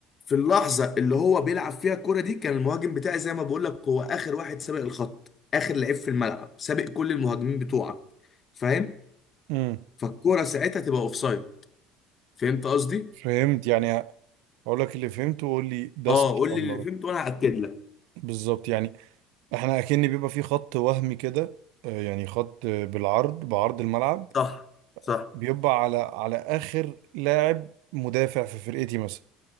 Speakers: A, on the left; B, on the right.
A: في اللحظه اللي هو بيلعب فيها الكوره دي كان المهاجم بتاعي زي ما بقول لك هو اخر واحد سابق الخط اخر لعيب في الملعب سابق كل المهاجمين بتوعك فاهم
B: امم
A: فالكوره ساعتها تبقى اوفسايد فهمت قصدي
B: فهمت يعني اقول لك اللي فهمته وقول لي ده
A: اه
B: صح
A: قول
B: ولا
A: لي اللي
B: غلط
A: فهمته وانا هاكد لك
B: بالظبط يعني احنا اكن بيبقى في خط وهمي كده آه، يعني خط آه، بالعرض بعرض الملعب
A: صح صح
B: بيبقى على على اخر لاعب مدافع في فرقتي مثلا